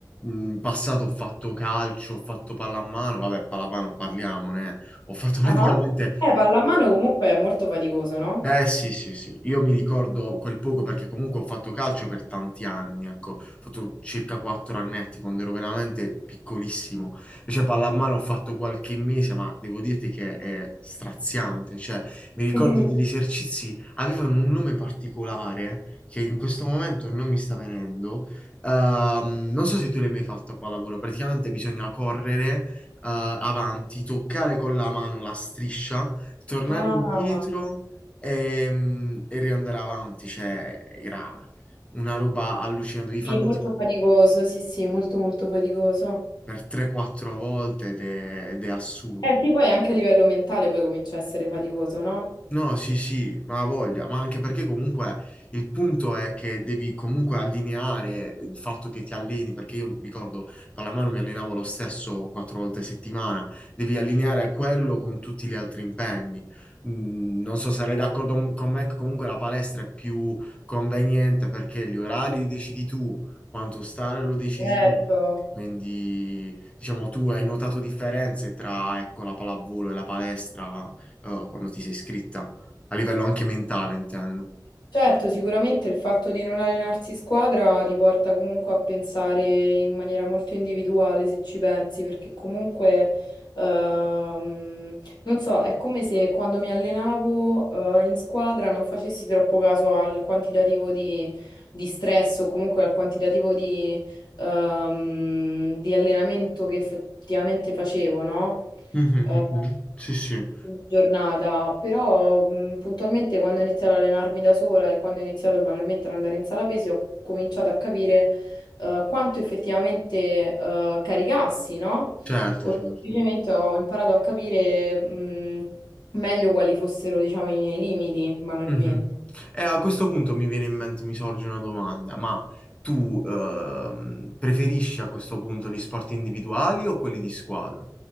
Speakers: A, on the left; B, on the left.
A: mm, in passato ho fatto calcio, ho fatto pallamano, vabbè, pallamano parliamone. eh. Ho fatto <laughs> praticamente...
B: Ah. Eh, pallamano comunque è molto faticoso, no?
A: Eh sì, sì, sì, io mi ricordo quel poco perché comunque ho fatto calcio per tanti anni, ecco, ho fatto circa quattro annetti quando ero veramente piccolissimo, invece pallamano ho fatto qualche mese, ma devo dirti che è straziante, cioè mi ricordo
B: <laughs>
A: degli esercizi, avevano un nome particolare che in questo momento non mi sta venendo, Ehm, non so se tu l'hai mai fatto a pallavolo, praticamente bisogna correre eh, avanti, toccare con la mano la striscia, tornare
B: Ah,
A: indietro. Ehm, e, riandare avanti, cioè era una roba allucinante, devi farlo
B: sì, molto
A: tipo
B: faticoso, sì, sì, molto molto faticoso.
A: per 3-4 volte ed è, ed è assurdo.
B: Eh sì, poi anche a livello mentale poi comincia a essere faticoso, no?
A: No, sì, sì, ma ha voglia, ma anche perché comunque il punto è che devi comunque allineare il fatto che ti alleni, perché io ricordo pallamano mi allenavo lo stesso quattro volte a settimana, devi allineare quello con tutti gli altri impegni. Mm, non so se sarai d'accordo con me che comunque la palestra è più conveniente perché gli orari li decidi tu, quanto stare lo decidi
B: Certo.
A: tu. Quindi, diciamo, tu hai notato differenze tra, ecco, la pallavolo e la palestra? eh, quando ti sei iscritta, a livello anche mentale, intendo.
B: Certo, sicuramente il fatto di non allenarsi in squadra ti porta comunque a pensare in maniera molto individuale, se ci pensi, perché comunque, ehm, non so, è come se quando mi allenavo, eh, in squadra non facessi troppo caso al quantitativo di, di stress o comunque al quantitativo di, ehm, di allenamento che effettivamente facevo, no?
A: Mhm,
B: eh,
A: mhm. Sì, sì,
B: giornata, però mh, puntualmente quando ho iniziato ad allenarmi da sola e quando ho iniziato banalmente ad andare in sala pesi, ho cominciato a capire eh, quanto effettivamente eh, caricassi, no?
A: certo,
B: O
A: certo.
B: semplicemente ho imparato a capire mh, meglio quali fossero, diciamo, i miei limiti, banalmente.
A: Mhm. E a questo punto mi viene in mente, mi sorge una domanda, ma tu ehm, preferisci a questo punto gli sport individuali o quelli di squadra?